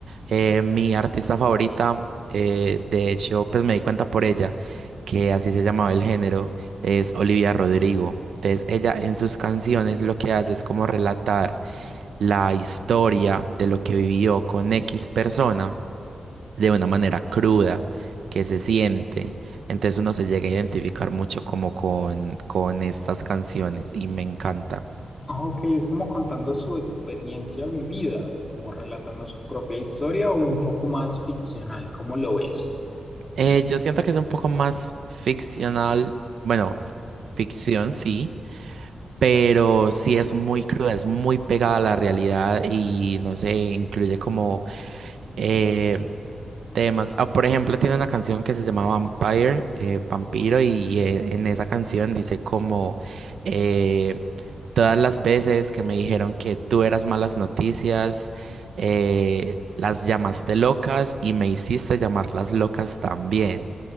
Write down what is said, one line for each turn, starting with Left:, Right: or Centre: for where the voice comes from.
Right: Eh, mi artista favorita, eh, de hecho, pues me di cuenta por ella, que así se llamaba el género, es Olivia Rodrigo. Entonces, ella en sus canciones lo que hace es como relatar la historia de lo que vivió con X persona de una manera cruda que se siente. Entonces uno se llega a identificar mucho como con, con estas canciones y me encanta.
Left: ah, ok, es como contando su experiencia vivida, como relatando su propia historia o un poco más ficcional, ¿cómo lo ves?
Right: Eh, yo siento que es un poco más ficcional, bueno, ficción sí, pero sí es muy cruda, es muy pegada a la realidad y no sé, incluye como eh, temas. Ah, por ejemplo, tiene una canción que se llama Vampire, eh, Vampiro, y eh, en esa canción dice como eh, todas las veces que me dijeron que tú eras malas noticias, eh, las llamaste locas y me hiciste llamarlas locas también.